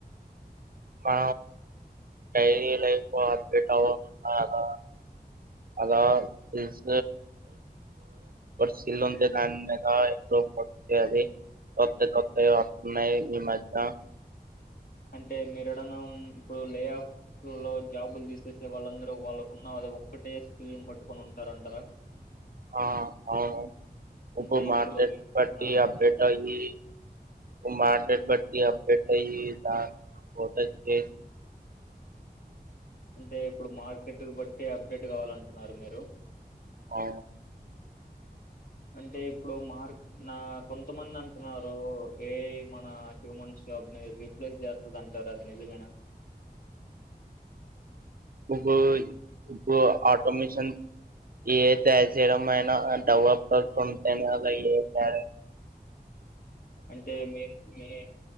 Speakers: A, on the right; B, on the left.
A: మ డైలీ లైఫ్ అప్డేట్ అ అలా అలా సిల్స్ సిల్ ఉంటే దాని మీద ఇట్లో వచ్చే అది తత్త తత్త వస్తున్నాయి ఈ మధ్య
B: అంటే మీరడనా ఇప్పుడు లే ఆఫ్ లో జాబులు తీసేసే వాళ్ళందరూ వాళ్ళకున్న అది ఒక్కటే స్కిల్ని పట్టుకొని ఉంటారంటారా
A: ఆ అవును
B: అంటే
A: ఇప్పు మార్కట్
B: ఇప్పుడు మీ
A: పట్టి
B: ఆ
A: అప్డేట్
B: చెప్పండి
A: అయి ఇప్పు మార్కెట్ పటి అప్ డటై దా బే
B: అంటే ఇప్పుడు మార్కెట్కు బట్టి అప్డేట్ కావాలంటున్నారు మీరు
A: ఔ
B: అంటే ఇప్పుడు మార్క్ నా కొంతమంది అంటున్నారు ఏఐ మన హ్యూమన్స్ జాబ్ ని రీప్లేస్ చేస్తది అంటారు అది నిజమేనా
A: ఇప్పు ఇప్పు ఆటోమేషన్ ఏ తయారు చేయడం అయినా డెవలప్ర్ ఉ అలా ఏ తయార
B: అంటే మీరు మీ